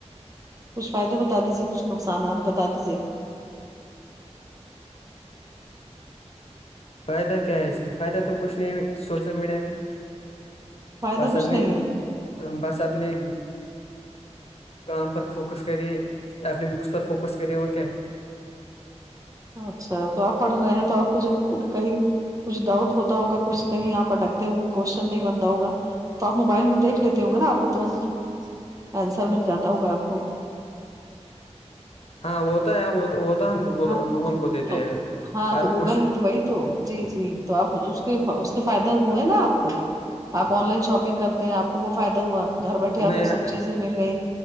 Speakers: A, on the right; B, on the left.
A: کچھ فائدے بتا دیجیے کچھ نقصانات بتا دیجیے
B: فائدہ کیا ہے اس میں فائدہ تو کچھ نہیں ہے سوشل میڈیا میں
A: فائدہ
B: بس
A: کچھ
B: آپ
A: نہیں
B: نے
A: ہے
B: بس آپ نے کام پر فوکس کرے اپنے بکس پر فوکس کرے اور کیا
A: اچھا تو آپ پڑھ رہے ہیں تو آپ کو ج کہیں کچھ ڈاؤٹ ہوتا ہوگا کچھ کہیں آپ اٹکتے ہوں گے کوشچن نہیں بنتا ہوگا تو آپ موبائل میں دیکھ لیتے ہوں گے نا آپ کو ترنت آنسر مل جاتا ہوگا آپ کو
B: ہاں وہ تو ہے وہ وہ تو ہم گوگل
A: ہاں
B: گوگل
A: تو
B: کو دیتے
A: تو
B: ہیں
A: ہاں
B: اور
A: تو گوگل
B: کچھ
A: ہے تو وہی تو جی جی تو آپ اس کے اس کے فائدے ہوئے نا آپ کو آپ آن لائن شاپنگ کرتے ہیں آ کو وہ فائدہ ہوا گھر بیٹھے
B: نہیں
A: آپ کو سب چیزیں مل گئیں